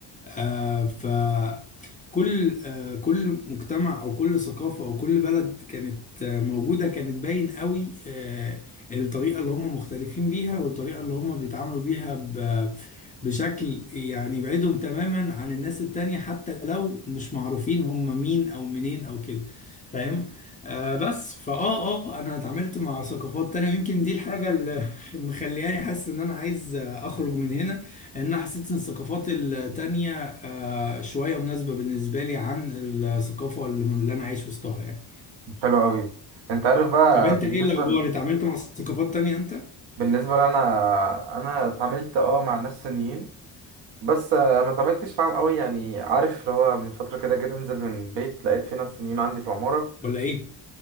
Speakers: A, on the left; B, on the right.
A: آه، ف كل آه، كل مجتمع او كل ثقافه او كل بلد كانت آه، موجوده كانت باين قوي آه، الطريقه اللي هم مختلفين بيها والطريقه اللي هم بيتعاملوا بيها ب- بشكل يعني يبعدهم تماما عن الناس التانية حتى لو مش معروفين هم مين او منين او كده فاهم آه بس فاه اه آه، انا اتعاملت مع ثقافات تانية ويمكن دي الحاجة اللي <laughs> مخلياني حاسس ان انا عايز آه، اخرج من هنا لان انا حسيت ان الثقافات التانية آه، شوية مناسبة بالنسبة لي عن الثقافة اللي اللي انا عايش وسطها يعني
B: حلو قوي انت عارف بقى
A: طب انت
B: بالنسبة
A: ايه الاخبار
B: ل...
A: اتعاملت مع ثقافات تانية انت
B: بالنسبة لنا انا اتعاملت اه مع ناس صينيين بس آه، ما اتعاملتش معاهم قوي يعني عارف اللي هو من فترة كده جيت انزل من البيت لقيت في ناس صينيين عندي في العمارة
A: ولا ايه